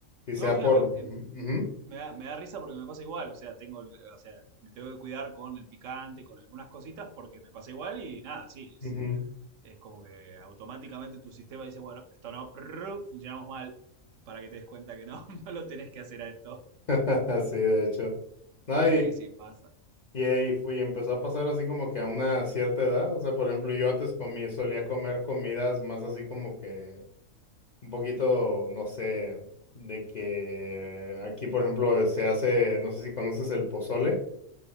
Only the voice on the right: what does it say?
No,
sí,
a mí
eh, Me da, me da risa porque me pasa igual, o sea, tengo, el- o sea, me tengo que cuidar con el picante, con algunas cositas, porque me pasa igual y nada, sí, es,
es como que automáticamente tu sistema dice, bueno, esto no, prrr, funcionamos mal, para que te des cuenta que no, <laughs> no lo tenés que hacer a esto.
Sí, sí, pasa.